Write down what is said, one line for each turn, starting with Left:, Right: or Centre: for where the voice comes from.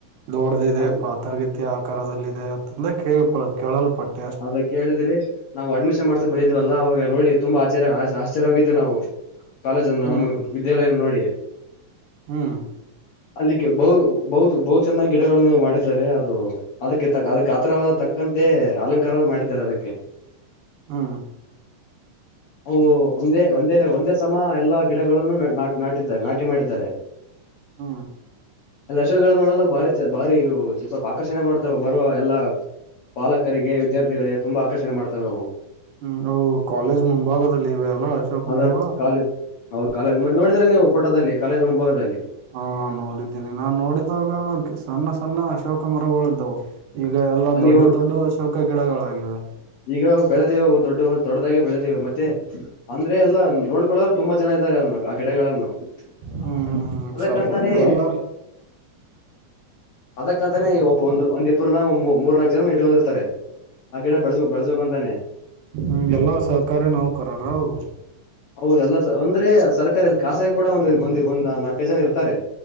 Right: ದೊಡ್ದಿದೆ
Left: ಅದು
Right: ಪಾತ್ರಗಿತ್ಯ ಆಕಾರದದಲ್ಲಿ ಇದೆ ಅಂತ ಕೇಳಪ ಕೇಳಲ್ಪಟ್ಟ
Left: ಅದ ಕೇಳಿದ್ರಿ ನಾವು ಅಡ್ಮಿಷನ್ ಮಾಡ್ಸಕ್ ಬಂದಿದ್ವಲ್ಲಾ
Right: ಹ್ಮ್
Left: ಅವಾಗ ನೋಡಿ ತುಂಬಾ ಆಚ್ಯ ಆಶ್ಚ್ಯಾಗಿದ್ದೆ ನಾವು ಕಾಲೇಜ ಅನ್ನ
Right: ಹ್ಮ್
Left: ನಮ್ಮ ವಿದ್ಯಾಲಯ ನೋಡಿ
Right: ಹೂ
Left: ಅಲ್ಲಿಗೆ ಬೌವು ಬೌವುದು ಬೌಚೆನ್ನಾಗಿ ಗಿಡಗಳನ್ನು ಮಾಡಿದ್ದಾರೆ ಅದು ಅದಕ್ಕೆ ತ ಅದಕ್ಕೆ ಆಥರವಾದ ತಕ್ಕಂತೆ ಅಲಂಕಾರ ಮಾಡಿದ್ದಾರೆ ಅದಕ್ಕೆ
Right: ಹಾ
Left: ಹಓ ಒಂದೇ ಒಂದೇ ಒಂದೇ ಸಮ ಎಲ್ಲಾ ಗಿಡಗಳನ್ನು ನಾ ನಾಟಿದ್ದಾರೆ ನಾಟಿಮಾಡಿದ್ದಾರೆ
Right: ಹೂ
Left: <unintelligible> ನೋಡಲ್ಲ ಭಾರಿ ಭಾರಿ ಸ್ವಲ್ಪ ಆಕರ್ಷಣೆ ಮಾಡ್ತಾವ ಬರುವ ಎಲ್ ಪಾಲಕರಿಗೆ ವಿದ್ಯಾರ್ಥಿಗಳಿಗೆ ತುಂಬಾ ಆಕರ್ಷಣೆ ಮಾಡ್ತವೆಾವು
Right: ಹೂ ಅವು ಕಾಲೇಜ್ ಮುಂಭಾಗದಲ್ಲಿ ಇವೆ ಅಲ್ಲ ಅಶೋಕ್
Left: ಅದ
Right: ಬಿೀಡಾಗ
Left: ಕಾಲೇಜ್ ಹೌದು ಕಾಲೇಜ ಮತ್ ನೋಡಿದ್ರಾ ನೀವು ಫೋದಲ್ಲಿ ಕಾಲೇ್ ಮುಂಭಾಗದಲ್ಲಿ
Right: ಹಾ ನೋಡಿದ್ದೀನಿ ನಾನ್ ನೋಡಿದಾಗ ಸಣ್ಣ ಸಣ್ಣ ಅಶೋಕ ಮರಗಳಿದ್ದವು ಈಗ ಎಲ್ಲಾ ದೊಡ್ಡ
Left: ನೀವು
Right: ದೊಡ್ಡ ಅಶೋಕ ಗಿಡಗಳಾಗಿವೆ
Left: ಈಗವು ಬೆಳೆದೇವೆ ಅವು ದೊಡ್ಡ ದೊಡ್ಡದಾಗೆ ಬೆಳೆದೇವೆ ಮತ್ತೆ ಅಂದ್ರೆ ಎಲ್ಲಾ ನೋಡ್ಕೊಳ್ಳದ್ರೆ ತುಂಬಾ ಜನ ಇದ್ದಾರೆ ಅವ್ನ ಆ ಗಿಡಗಳನ್ನು
Right: ಹ್ಮ್
Left: ಅ
Right: ಹ್ಮ್ ಹ್ಮ್
Left: ಅದಕ್ಕಂತಾನೆ
Right: ಸರಿ ಎಲ್ಲಾರ
Left: ಅದಕ್ಕಂತಾನೇ ಒಬ್ಬ ಒ ಒಂದಿಬ್್ರ ಮೂರ್ನಾಾಕಕ್ ಜನ ಇಟ್ಕೋಗಿರ್ತಾರೆ ಆ ಗಿಡ ಬೆಳಸ್ ಬಳಸಕಂತಾನೆ
Right: ಹೂ ಎಲ್ಲಾ ಸಹಕಾರ್ಯ ನೌಕರರು ಅವ್ರು
Left: ಹೌದು ಎಲ್ಲ ಒಂದ್ರೆ ಸರ್ಕಾರಾರಿಲ್ಲಿ ಖಾಸಗಿ ಕೂಡ ಒಂದ ಮಂದಿ ಒಂದ್ ನಾಲ್ಕೈ ಜನ ಇರ್ತಾರೆ